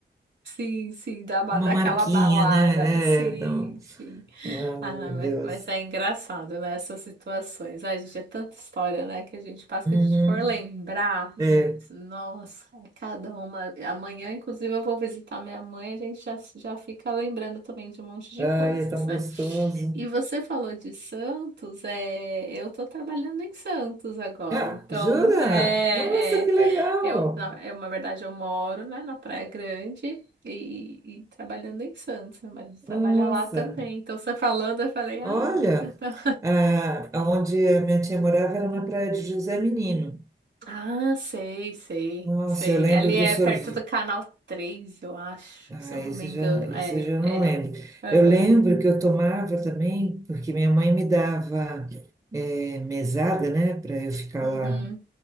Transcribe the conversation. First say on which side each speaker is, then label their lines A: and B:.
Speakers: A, on the right (about 70°); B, on the right (about 15°).
A: Sim, sim, da, ba-
B: Uma
A: daquela
B: marquinha,
A: balada.
B: né?
A: Sim,
B: É, então.
A: sim.
B: Ai,
A: Ah,
B: meu
A: mas,
B: Deus.
A: mas é engraçado, né? Essas situações. Ai, gente, é tanta história, né? Que a gente passa
B: Uhum.
A: que a gente for lembrar, Inês.
B: É.
A: Nossa, é cada uma. Amanhã, inclusive, eu vou visitar minha mãe, a gente já, já fica lembrando também de um monte de
B: Ai,
A: coisas,
B: é tão
A: né?
B: gostoso.
A: E você falou de Santos, é... eu tô trabalhando em Santos agora,
B: Ah,
A: então
B: jura?
A: é,
B: Nossa, que
A: é,
B: legal!
A: eu, na, eu, na verdade, eu moro, né, na Praia Grande e, e trabalhando em Santos. Meu marido trabalha
B: Nossa,
A: lá também. Então, você falando, eu falei, ah,
B: olha,
A: então...
B: ah, onde a minha tia morava era na praia de José Menino.
A: <laughs> ah, sei, sei,
B: Nossa,
A: sei.
B: eu lembro
A: Ali é
B: do sorvete.
A: perto do Canal Três eu acho,
B: Ah,
A: se eu não
B: esse
A: me engano.
B: já, esse
A: É,
B: eu já
A: é.
B: não lembro.
A: Aham.
B: Eu lembro que eu tomava também, porque minha mãe me dava eh, mesada, né, para eu ficar
A: Uhum.
B: lá